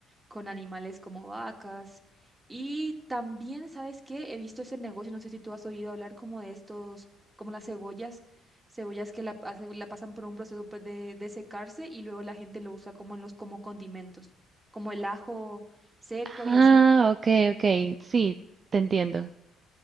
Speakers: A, on the right; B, on the right.
A: con animales como vacas. Y también, ¿sabes qué? He visto ese negocio, no sé si tú has oído hablar como de estos, como las cebollas, cebollas que la, hace- la pasan por un proceso pues, de, de secarse y luego la gente lo usa como en los como condimentos, como el ajo seco
B: Ah,
A: y así.
B: ok, ok, sí, te entiendo.